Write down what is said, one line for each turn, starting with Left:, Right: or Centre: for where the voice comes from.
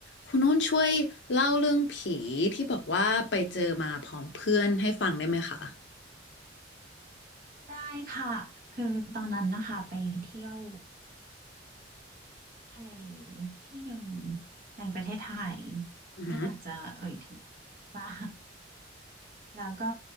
Left: คุณโน้นช่วยเล่าเรื่องผีที่บอกว่าไปเจอมาพร้อมเพื่อนให้ฟังได้ไหมคะ
Right: ได้ค่ะคือตอนนั้นนะคะไปเที่ยวทะเลที่หนึ่งในประเทศไทย
Left: อือหือ
Right: ไม่อยากจะเอ่ยถึงมากแล้วก็